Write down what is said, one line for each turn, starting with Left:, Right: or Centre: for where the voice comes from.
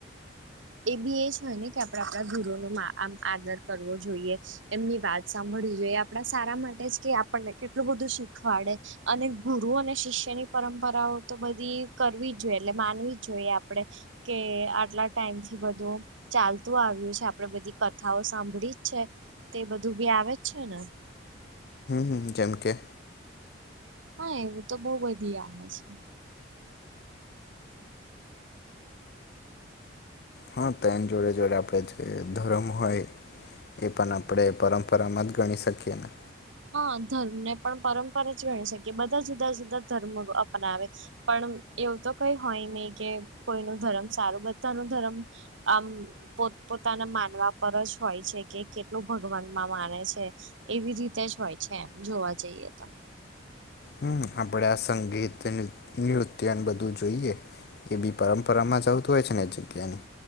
Right: એ બી એ જ હોય ને કે આપડે આપડા ગુરુનો આમ આદર કરવો જોઈએ. એમની વાત સાંભળવી જોઈએ. આપણા સારા માટે જ કે આપણને કેટલું બધું શીખવાડે. અને ગુરુ અને શિષ્યની પરંપરાઓ તો બધી કરવી જ જોઈએ એટલે માનવી જ જોઈએ આપડે કે આટલા ટાઈમથી બધું ચાલતું આવ્યું છે. આપડે બધી કથાઓ સાંભળી જ છે. તે બધું બી આવે જ છે ને
Left: હમ. જેમ કે
Right: હા એવું તો બોવ બધી આવે છે.
Left: હા તો એની જોડે જોડે આપણે જે ધરમ હોય. એ પણ આપડે પરંપરામાં જ ગણી શકીએ ને
Right: હ, ધર્મને પણ પરંપરા જ હોય જ છે બધા જુદા-જુદા ધર્મ અપનાવે. પણ એવું તો કઈ હોય નહી કે, કોઈનો ધર્મ સારું બધાનો ધર્મ... આમ, પોત-પોતાના માનવા પર જ હોય છે કે, કેટલું ભગવાનમાં માને છે. એવી રીતે જ હોય છે એમ, જોવા જઈએ તો.
Left: હમ, આપડે આ સંગીતને-નૃત્યને બધું જોઈએ. એબી પરંપરામાં જ આવતું હોય છે ને, એ જગ્યાની.